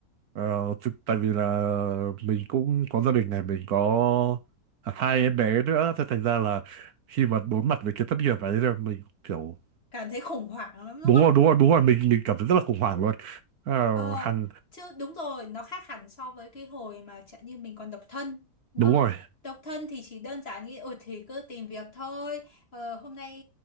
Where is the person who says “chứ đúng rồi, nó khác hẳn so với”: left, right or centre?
Left